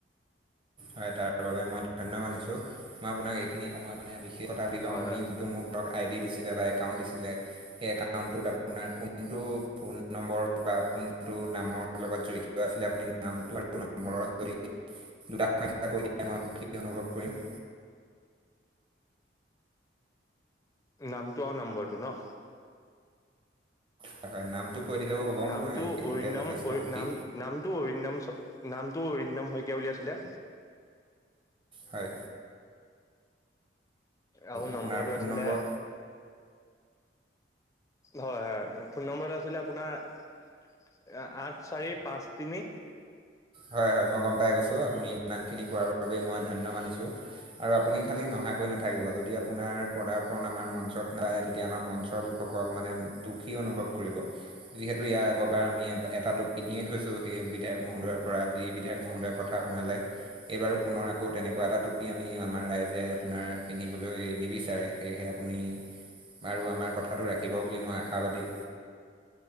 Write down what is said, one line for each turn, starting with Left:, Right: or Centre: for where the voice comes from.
Right: হয় তাৰ বাবে মই ধন্য মানিছো মই আপোনাক এইখিনি সময়ত মানে বিশেষ কথা লওঁ
Left: হয়
Right: আপুনি
Left: হয়
Right: যোনটো মোক ভোট আই ডি দিছিলে বা একাউণ্ট দিছিলে। হে একাউন্টটোত আপোনাৰ কোনটো নম্বৰ বা কোনটো নামৰ লগত জড়িত আছিলে আপুনি নামটো আৰু নম্বৰ যদি দুটা সংখ্যা কৈ দিয়ে মই সুখী অনুভৱ কৰিম।
Left: নামটো আৰু নম্বৰটো ন।
Right: হয় হয় নামটো কৈ দিলেও হ'ব
Left: নামটো
Right: মই সেইটোতে
Left: অৰিন্দম
Right: যথেষ্ট সুখী।
Left: নাম নামটো অৰিন্দম চ নামটো অৰিন্দম শইকীয়া বুলি আছিলে।
Right: হয়।
Left: আৰু নম্বৰটো
Right: আপোনাৰ ফোন
Left: আছিলে।
Right: নম্বৰ
Left: হয়-হয় ফোন নম্বৰটো আছিলে আপোনাৰ আঠ চাৰি পাঁচ তিনি
Right: হয়-হয় মই গম পাই গৈছোঁ আপুনি ইমানখিনি কোৱাৰ বাবেই মই ধন্য মানিছোঁ। আৰু আপুনি খালি নহা কৈ নাথাকিব যদি আপোনাৰ পদাৰ্পন আমাৰ মঞ্চত নাই তেতিয়া আমাৰ মঞ্চৰ লোকসক সকল মানে দুখী অনুভৱ কৰিব যিহেতু ইয়াৰ আগৰবাৰ আমি এটাটো পিন্ধিয়ে থৈছোঁ সেই বিধায়ক মহোদয়ৰ পৰা যি বিধায়ক মহোদয়ৰ কথা শুনালে। এইবাৰু পুনৰ আকৌ তেনেকুৱা এটা টুপী আমি আমাৰ ৰাইজে আপোনাৰ পিন্ধিবলৈ নিবিচাৰে। সেয়েহে আপুনি বাৰু আমাৰ কথাটো ৰাখিব বুলি মই আশাবাদী।